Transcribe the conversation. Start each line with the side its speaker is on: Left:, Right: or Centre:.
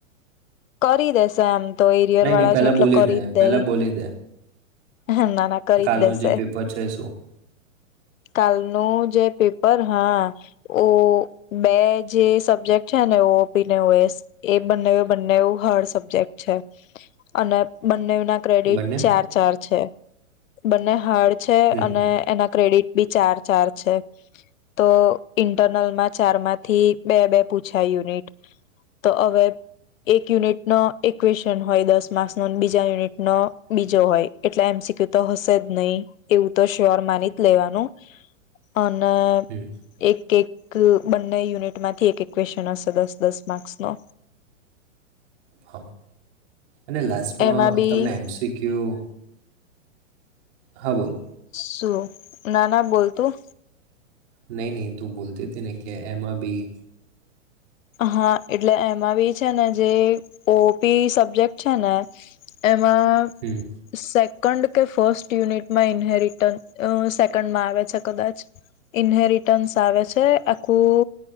Left: કરી દેશે એમ. તો એરિયર
Right: નહીં
Left: વાળા
Right: નહીં પહેલાં
Left: છે એટલે
Right: બોલી
Left: કરી
Right: દે
Left: જ
Right: પહેલાં
Left: દેઈ.
Right: બોલી દે
Left: હં ના ના કરી
Right: કાલનું
Left: જ દેશે.
Right: જે પેપર છે શું
Left: કાલનું જે પેપર હા, ઓ બે જે સબ્જેક્ટ છે ને ઓ ઓ પી ને ઓ એસ, એ બંને બંનેઉ હાર્ડ સબ્જેક્ટ છે, અને બંને ના ક્રેડિટ
Right: બંને
Left: ચાર ચાર છે. બંને હાર્ડ છે
Right: હમ
Left: અને એના ક્રેડિટ બી ચાર ચાર છે. તો ઈન્ટરનલમાં ચાર માંથી બે બે પૂછાય યુનિટ, તો અવે એક યુનિટનો એક ક્વેશન હોય દસ માર્ક્સનો બીજા યુનિટનો બીજો હોય, એટલે એમ સી ક્યુ તો હશે જ નહીં, એવું તો શ્યોર માની જ લેવાનું. અને
Right: હમ
Left: એક એક બંને યુનિટમાંથી એક એક ક્વેશ્ચન હશે દસ દસ માર્ક્સનો.
Right: હ. અને લાસ્ટમાં
Left: એમાં બી
Right: તમને એમ સી ક્યુ હા બોલ.
Left: શું, ના ના બોલ તું.
Right: નહી નહી તો બોલતે થે ને કે એમાં ભી
Left: હા, એટલે એમાં બી છે ને જે ઓ પી સબ્જેક્ટ છે ને, એ એમાં
Right: હમ
Left: સે કંડ કે ફર્સ્ટ યુનિટમાં ઈન્હેરિટન, સેકન્ડમાં આવે છે કદાચ, ઈન્હેરિટન્સ આવે છે, આખું